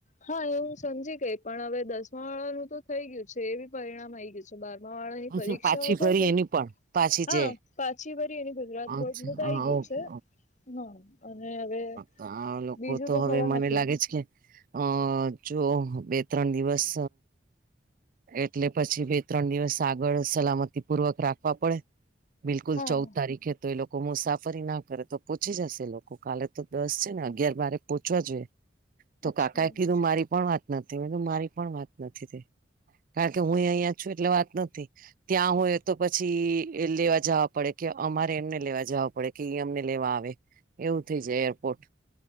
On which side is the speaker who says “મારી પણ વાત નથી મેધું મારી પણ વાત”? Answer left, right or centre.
Right